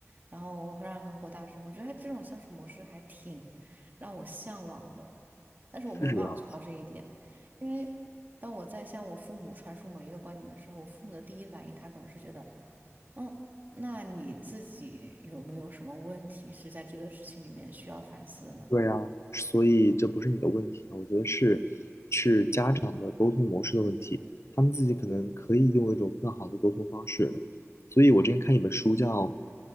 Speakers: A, on the right (about 40°); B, on the left (about 60°).
A: 然后让人很火大声。我觉得他这种相处模式还挺让我向往的，但是我没有办法做到这一点，
B: 是这样子。
A: 因为当我在向我父母传输某一个观点的时候，我父母的第一反应他可能是觉得，嗯。那你自己有没有什么问题是在这个事情里面需要反思的呢？
B: 对啊，所以这不是你的问题啊，我觉得是是家长的沟通模式的问题，他们自己可能可以用一种更好的沟通方式。所以我之前看一本书叫，